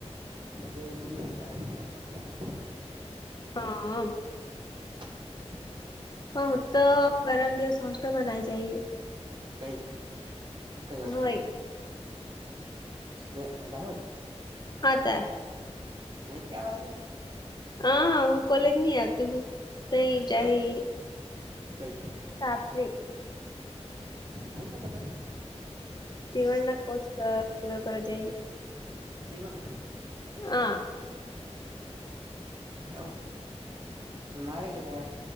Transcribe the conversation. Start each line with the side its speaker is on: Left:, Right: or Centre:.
Right: દવાના બે જ ખબર પડી જાય.
Left: હા.
Right: છૂટ <unintelligible>
Left: હું તો ગરમ દિવસષ મનાઈ જાય.
Right: કઈ કઈ હોસ્ટલમાં
Left: હોય
Right: દ દાહોજ.
Left: હા તાર.
Right: હો તયાવાની.
Left: હા હા હું કોલેજ નહી આવતી હું તઈ જાય.
Right: તો કઈ.
Left: સાપરી.
Right: અહી શું કરવા.
Left: સીવણના કોસ પૂરા કરવા જઈ.
Right: શિવવાઅણ ના.
Left: હ.
Right: કેવ મારે ઘરે